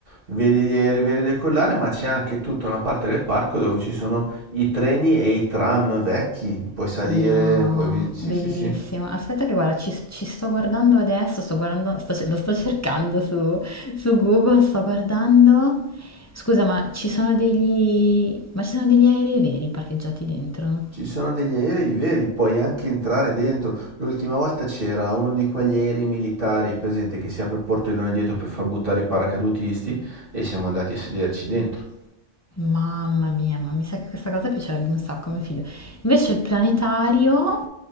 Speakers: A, on the right; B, on the left.
A: Vedi gli aerei decollare, ma c'è anche tutta una parte del parco dove ci sono i treni e i tram vecchi. Puoi salire,
B: No,
A: puoi... vi- Sì,
B: bellissimo.
A: sì, sì.
B: Aspetta che guarda, ci, ci sto guardando adesso, sto guardando, sto ce- lo sto cercando su, su Google, sto guardando. Scusa, ma ci sono degli, ma ci sono degli aerei veri parcheggiati dentro?
A: Ci sono degli aerei veri, puoi anche entrare dentro. L'ultima volta c'era uno di quegli aerei militari, presente, che si apre il portellone dietro per far buttare i paracadutisti e siamo andati a sederci dentro.
B: Mamma mia, ma mi sa che questa cosa piacerebbe un sacco a mio figlio. Invece il planetario,